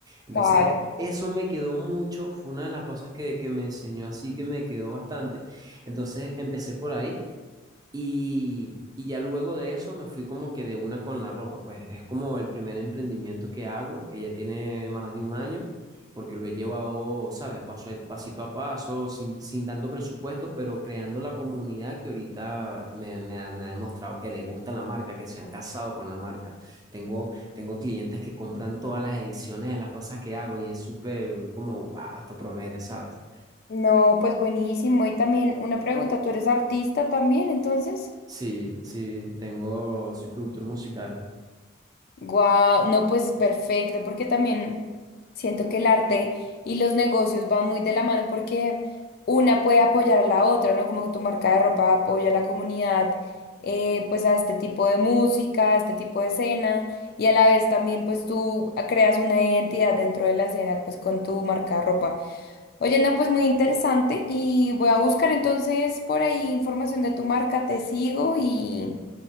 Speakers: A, on the right; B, on the left.
A: Entonces,
B: Claro.
A: eso me quedó mucho, fue una de las cosas que, que me enseñó así, que me quedó bastante. Entonces, empecé por ahí. Y, y ya luego de eso me fui como que de una con la ropa, pues es como el primer emprendimiento que hago, que ya tiene más de un año, porque lo he llevado, ¿sabes? Paso, a- pasito a paso, sin, sin tanto presupuesto, pero creando la comunidad que ahorita me, me ha, me ha demostrado que le gusta la marca, que se han casado con la marca. Tengo, tengo clientes que compran todas las ediciones de las cosas que hago y es súper como, wow, esto promete, ¿sabes?
B: No, pues buenísimo. Y también una pregunta, ¿tú eres artista también, entonces?
A: Sí, sí, tengo, soy productor musical.
B: Guau, no, pues es perfecto, porque también siento que el arte y los negocios van muy de la mano porque una puede apoyar a la otra, ¿no? Como que tu marca de ropa apoya a la comunidad, eh, pues a este tipo de música, a este tipo de escena, y a la vez también pues tú creas una identidad dentro de la escena, pues con tu marca de ropa. Oye, no, pues muy interesante y voy a buscar entonces por ahí información de tu marca, te sigo y,